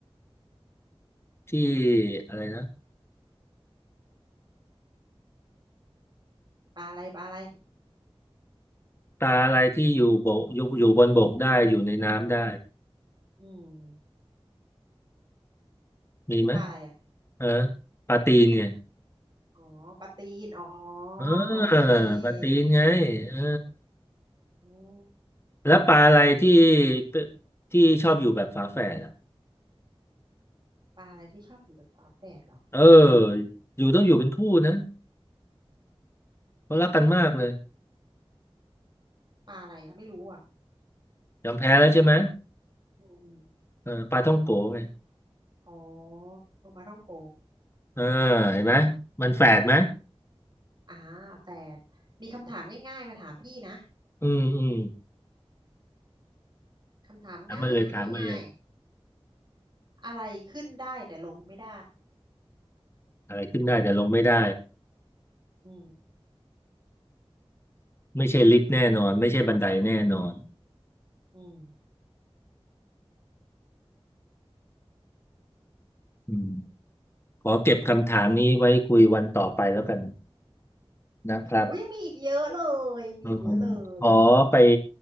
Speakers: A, on the left (about 25°); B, on the right (about 45°).
A: ที่อะไรนะ
B: ปลาอะไรปลาอะไร
A: ปลาอะไรที่อยู่บกอยู่อยู่บนบกได้อยู่ในน้ำได้
B: อืม
A: มีไหม
B: ปลาอะไรอ่ะ
A: เออปลาตีนเนี่ย
B: อืมอ๋อปลาตีนอ๋อ
A: เ
B: โอเค
A: ออปลาตีนไงเออ
B: อืม
A: แล้วปลาอะไรที่เป็นที่ชอบอยู่แบบฝาแฝดอ่ะ
B: ปลาอะไรที่ชอบอยู่กับฝาแฝดเหรอ
A: เอออยู่ต้องอยู่เป็นคู่นะเขารักกันมากเลย
B: ปลาอะไรอ่ะไม่รู้อ่ะ
A: ยอมแพ้แล้วใช่ไหม
B: อืมอม
A: เออปลาท่องโกไง
B: อ๋อปลาท่องโก
A: เออเห็นไหมมันแฝดไหม
B: อืมอ่าแฝดมีคำถามง่ายๆมาถามพี่นะ
A: อืมอืม
B: คำถามง่ายง่าย
A: ถามมาเลยถามมาเลย
B: อะไรขึ้นได้แต่ลงไม่ได้
A: อะไรขึ้นได้แต่ลงไม่ได้
B: อืม
A: ไม่ใช่ลิฟต์แน่นอนไม่ใช่บันไดแน่นอน
B: อืม
A: อืมขอเก็บคำถามนี้ไว้คุยวันต่อไปแล้วกันนะครับ
B: อุ้ยยังมีอีกเยอะเลยยังมีอีกเยอะเลย
A: เออขอไป